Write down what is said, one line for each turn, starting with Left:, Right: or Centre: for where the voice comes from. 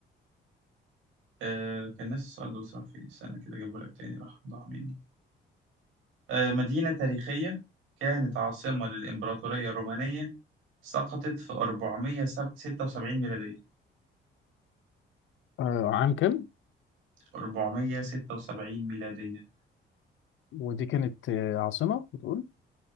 Right: آه كان نفس السؤال ده بصراحة في سنة كده جابه لك تاني راح ضاع مني آه مدينة تاريخية كانت عاصمة للإمبراطورية الرومانية سقطت في 476 ميلادية
Left: آه عام كام
Right: 476 ميلادية
Left: ودي كانت آه، عاصمه بتقول